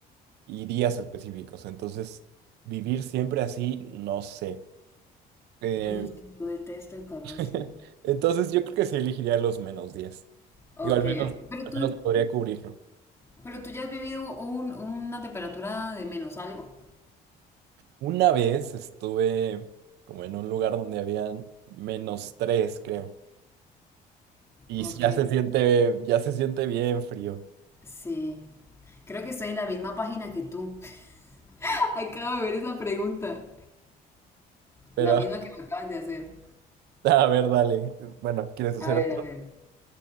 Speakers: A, on the right; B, on the left.
A: y días específicos. Entonces, vivir siempre así, no sé. Eh,
B: Ay, es que yo detesto el calor,
A: <laughs>
B: sí.
A: entonces, yo creo que sí elegiría los menos 10.
B: Ok,
A: Digo, al menos,
B: ok. Pero
A: al
B: tú,
A: menos podría cubrirlo.
B: pero tú ya has vivido un- una temperatura de menos algo.
A: Una vez estuve como en un lugar donde habían menos tres creo. Y
B: Ok.
A: ya se siente, ya se siente bien frío.
B: Sí. Creo que estoy en la misma página que tú. <laughs> Acabo de ver esa pregunta.
A: Pero,
B: La misma
A: <laughs>
B: que me acabas de hacer.
A: a ver, dale. Bueno, ¿quieres hacer
B: A ver,
A: otro?
B: a ver.